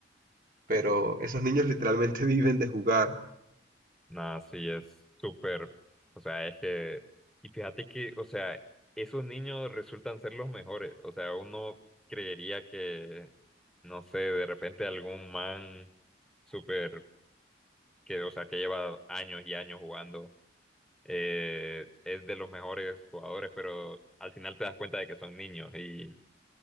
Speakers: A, on the right; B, in the centre.
A: pero esos niños literalmente <laughs> viven de jugar.
B: Nada, sí, es súper, o sea, es que, y fíjate que, o sea, esos niños resultan ser los mejores, o sea, uno creería que, no sé, de repente algún man súper, que, o sea, que lleva años y años jugando, eh, es de los mejores jugadores, pero al final te das cuenta de que son niños, y eso